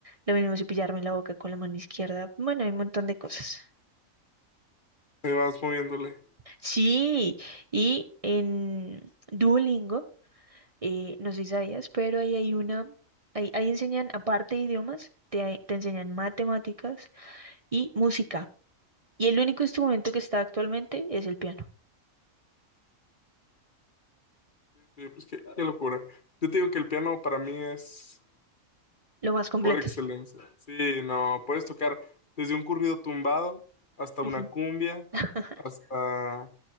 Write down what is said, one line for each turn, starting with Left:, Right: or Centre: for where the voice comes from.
Right: Lo mismo cepillarme la boca con la mano izquierda. Bueno, hay un montón de cosas.
Left: ahí vas moviéndole.
Right: Sí, y en Duolingo, eh, no sé si sabías, pero ahí hay una, ahí, ahí enseñan, aparte de idiomas, te, te enseñan matemáticas, y música. Y el único instrumento que está actualmente es el piano.
Left: Sí, pues qué, qué locura. Yo te digo que el piano para mí es
Right: Lo más completo.
Left: Por excelencia. Sí, no, puedes tocar desde un corrido tumbado hasta
Right: Ujú.
Left: una cumbia,
Right: <laughs>
Left: hasta